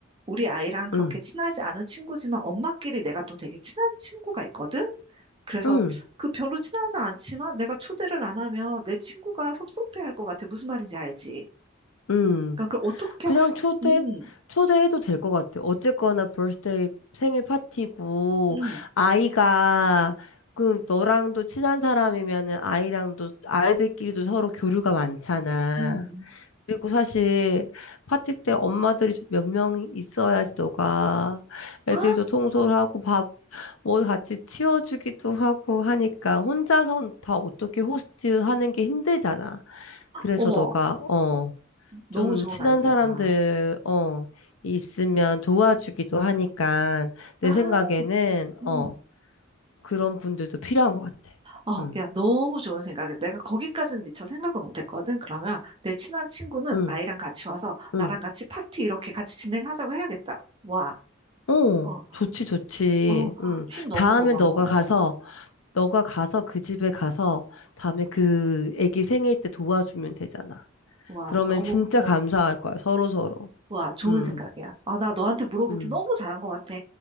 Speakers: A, on the right; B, on the left.
A: 우리 아이랑 그렇게
B: 응,
A: 친하지 않은 친구지만 엄마끼리 내가 또 되게 친한 친구가 있거든? 그래서
B: 응,
A: 그 별로 친하지 않지만 내가 초대를 안 하면 내 친구가 섭섭해할 것 같아. 무슨 말인지 알지?
B: 응.
A: 그러니까 그걸 어떻게,
B: 그냥 초대?
A: 음,
B: 초대해도 될 것 같아. 어쨌거나 birthday 생일 파티고,
A: 음,
B: 아이가, 그, 너랑도 친한 사람이면은 아이랑도, 아이들끼리도 서로 교류가 많잖아.
A: 음.
B: 그리고 사실 파티 때 엄마들이 좀 몇 명 있어야지 너가 애들도
A: 아,
B: 통솔하고 밥, 뭐 같이 치워주기도 하고 하니까 혼자선 다 어떻게 호스트하는 게 힘들잖아. 그래서
A: 어머.
B: 너가, 어.
A: 어, 너무
B: 좀
A: 좋은
B: 친한
A: 아이디어다.
B: 사람들, 어, 있으면 도와주기도 하니까, 내
A: 아,
B: 생각에는,
A: 음.
B: 어, 그런 분들도 필요한 것 같아.
A: 어,
B: 응,
A: 야, 너무 좋은 생각이야. 내가 거기까지는 미처 생각을 못 했거든. 그러면 내 친한 친구는
B: 응,
A: 아이랑 같이 와서 나랑
B: 응.
A: 같이 파티 이렇게 같이 진행하자고 해야겠다. 와,
B: 어,
A: 어,
B: 좋지, 좋지.
A: 어,
B: 응.
A: 힘 너무
B: 다음에
A: 고마워.
B: 너가 가서,
A: 어,
B: 너가 가서 그 집에 가서, 다음에 그 애기 생일 때 도와주면 되잖아.
A: 와,
B: 그러면
A: 너무,
B: 진짜
A: 어.
B: 감사할 거야, 서로서로.
A: 와, 좋은
B: 응,
A: 생각이야. 아, 나 너한테 물어보길
B: 응.
A: 너무 잘한 것 같아.